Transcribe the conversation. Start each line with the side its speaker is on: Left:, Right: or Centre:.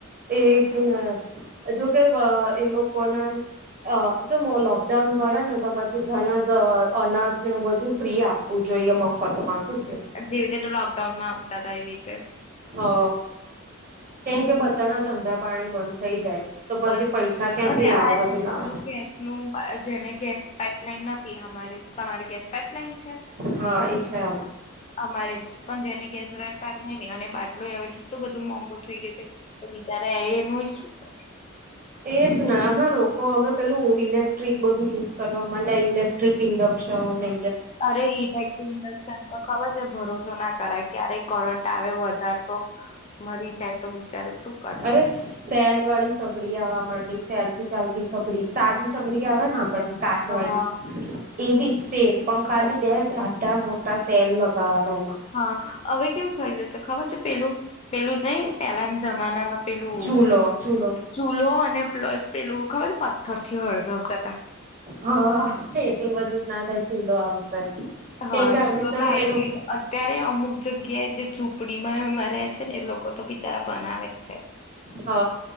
Right: એજ ને અઝુ કે વ એ લોકોને અ જો મ લોકડાઉન કરે ને તો પછી ધનાજ અનાજને એવુ બધું ફ્રી આપવું જોઈએ મફતમાં. શું કેવું
Left: એક જેવી રીતે લોકડાઉનમાં <unintelligible> વીતે
Right: હ કેમ કે બધાના ધંધા પાણી બંધ થઈ જાય. તો પછી
Left: બંધ
Right: પૈસા
Left: થઈ
Right: ક્યાંથી
Left: અને
Right: લાવે
Left: આ
Right: બધું લાવે
Left: પેલું ગેસ નું જેને ગેસ પાઈપલાઈન ન થી અમારે તમારી ગેસ પાઇપલાઇન છે?
Right: હા એ છે.
Left: અમારે છે પણ જેને ગેસ <unintelligible> ની ને અને બાટલો એવે કેટલું બધું મોંઘો થઈ ગયો છે તો બિચારે એ નુ ઈ શું? <inaudible>
Right: એજ નાના લોકો હવે પેલું ઇલેક્ટ્રિક બધું યુઝ કરવા માટે ઇલેક્ટ્રિક ઇન્ડક્શન ને
Left: અરે ઇલેક્ટ્રિક ઇન્ડક્શન તો ખબર છે ભરોસો ના ક કરાય. ક્યારેય કરંટ આવે વધાર તો મરી જાય તો બિચારું શું કરે
Right: અરે સ સેલ વાળી સગડી આવા માંડી સેલ થી ચાલતી સગડી સાદી સગડી આવેન પણ કાચવાળી
Left: હા
Right: એવી જ સેમ પણ ખાલી બે ઝાટા મોટા સેલ લગાવાના.
Left: હા હવે કેવું થઈ જશે. ખબર છે પેલું પેલું જ નઈ પેલાના જમાનામાં. પેલું
Right: ચૂલો ચૂલો
Left: ચૂલો અને પ્લસ પેલું ખબર છે. તરથી હળગાવતા કાક.
Right: હા એટલું બધું જ ના થાય ચૂલો આવશે.
Left: હા
Right: કેમ કે
Left: ચૂલો
Right: આપડી જોડે
Left: તો આઈ
Right: પેલું
Left: ગયું અત્યારે અમુક. જગ્યાએ જે ઝૂંપડીમાં રે છે ને એ લોકો તો બિચારા બનાવે જ છે.
Right: હ